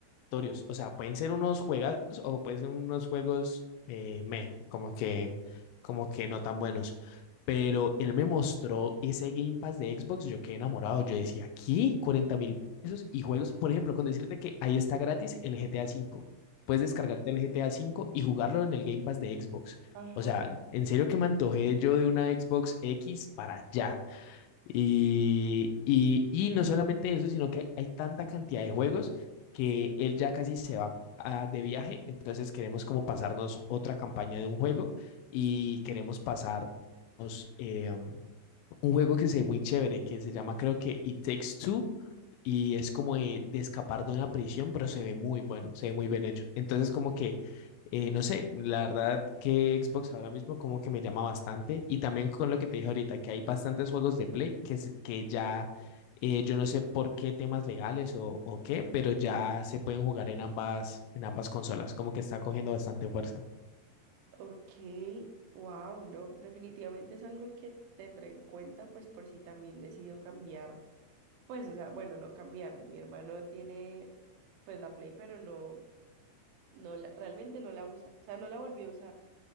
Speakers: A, on the left; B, on the right.
A: aleatorios. O sea, pueden ser unos juegazos o pueden ser unos juegos eh, meh, como que, como que no tan buenos. Pero él me mostró ese Game Pass de Xbox, yo quedé enamorado. Yo decía, aquí 40 mil pesos y juegos. Por ejemplo, con decirte que ahí está gratis el GTA cinco. Puedes descargarte el GTA cinco y jugarlo en el Game Pass de Xbox.
B: Ajá,
A: O sea, en serio que me antojé yo de una Xbox X para allá. Y, y, y no solamente eso, sino que hay, hay tanta cantidad de juegos que él ya casi se va a- de viaje, entonces queremos como pasarnos otra campaña de un juego y queremos pasarnos eh, um, un juego que se ve muy chévere, que se llama creo que It Takes Two, y es como de, de escapar de una prisión, pero se ve muy bueno, se ve muy bien hecho. Entonces, como que, eh, no sé, la verdad que Xbox ahora mismo como que me llama bastante y también con lo que te dije ahorita, que hay bastantes juegos de Play que, es- que ya, eh, yo no sé por qué temas legales o, o qué, pero ya se pueden jugar en ambas, en ambas consolas, como que está cogiendo bastante fuerza.
B: ok, wow, no, definitivamente es algo que tendré en cuenta, pues por si también decido cambiar, pues o sea, bueno, no cambiar, mi hermano tiene pues la Play, pero no, no, la- realmente no la usa, o sea, no la volvió a usar,